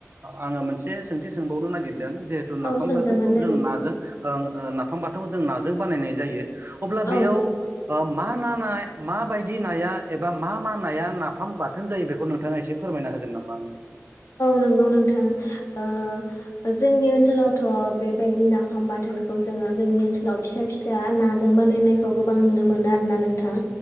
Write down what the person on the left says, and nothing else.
औ सोंजागोन
दे
नोंथां
औ
नोंगौ नोंथां ओ जोंनि ओनसोलावथ' बेबायदि नाफाम बाथोनखौ जों जोंनि ओनसोलाव फिसा फिसा नाजों बानायनायखौ गोबां नुनो मोनो आरोना नोंथां।